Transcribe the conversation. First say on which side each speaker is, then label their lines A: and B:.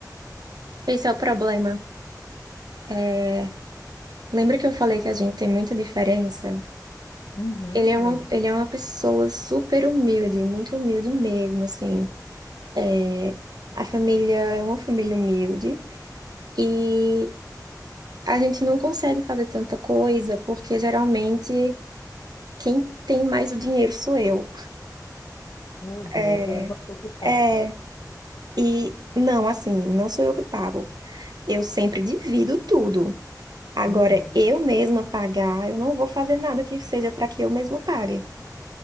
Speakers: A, on the right; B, on the left.
A: Esse é o problema. É, Lembra que eu falei que a gente tem muita diferença?
B: Uhum,
A: Ele é uma,
B: lembro.
A: ele é uma pessoa super humilde, muito humilde mesmo, assim. É, a família é uma família humilde e a gente não consegue fazer tanta coisa porque geralmente quem tem mais o dinheiro sou eu.
B: Meu Deus,
A: É,
B: e aí você que paga.
A: é, e não, assim, não sou eu que pago. Eu sempre divido tudo. Agora,
B: Uhum,
A: eu mesma pagar, eu não vou fazer nada que seja para que eu mesma pague.